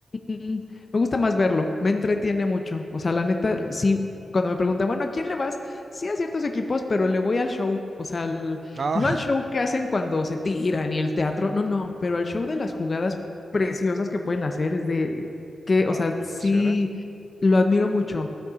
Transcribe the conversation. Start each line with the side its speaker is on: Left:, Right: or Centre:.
Left: Mm, me gusta más verlo, me entretiene mucho. O sea, la neta, sí, cuando me preguntan, bueno, ¿a quién le vas? Sí, a ciertos equipos, pero le voy al show. O sea, al-
Right: Ah,
Left: no al show que hacen cuando se tiran y el teatro, no, no, pero al show de las jugadas preciosas que pueden hacer. Es de
Right: <laughs>
Left: que,
Right: Wow,
Left: o sea,
Right: ¿te
Left: sí,
Right: emociona?
Left: lo admiro mucho.